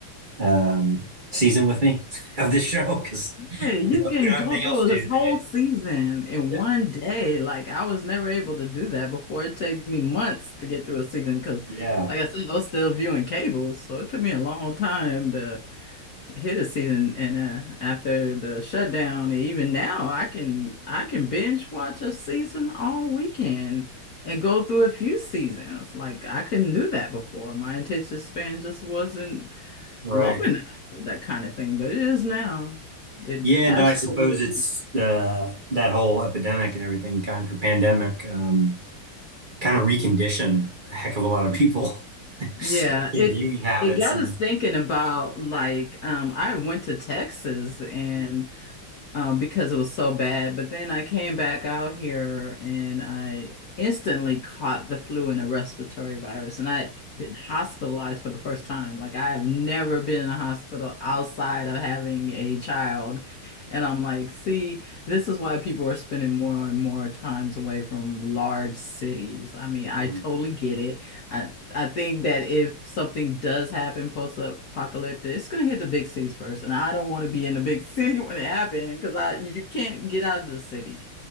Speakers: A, on the right; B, on the left.
A: um, season with me <laughs> of this show because
B: Hey, you
A: we don't,
B: can
A: we don't
B: go
A: have anything
B: through
A: else to
B: this
A: do
B: whole
A: today.
B: season in
A: Yeah,
B: one day. Like I was never able to do that before. It took me months to get through a season because,
A: yeah,
B: like I said, I was still viewing cables, so it took me a long time to hit a season. And uh, after the shutdown, and even now, I can I can binge watch a season all weekend and go through a few seasons. Like I couldn't do that before. My attention span just wasn't
A: right.
B: low enough for that kind of thing, but it is now. It
A: Yeah,
B: absolutely,
A: no, I suppose it's uh, that whole epidemic and everything kind of or pandemic um, kind of reconditioned a heck of a lot of people <laughs> with
B: yeah.
A: their
B: It
A: viewing habits
B: it got
A: and.
B: us thinking about like um I went to Texas and
A: oh,
B: um, because it was so bad. But then I came back out here and I instantly caught the flu and a respiratory virus. And I had been hospitalized for the first time. Like I have never been in a hospital outside of having a child. And I'm like, see, this is why people are spending more and more times away from large cities. I mean,
A: mm-hmm.
B: I totally get it. I, I think that if something does happen post-apocalyptic, it's gonna hit the big cities first, and I don't want to be in the big city <laughs> when it happens because I you can't get out of the city.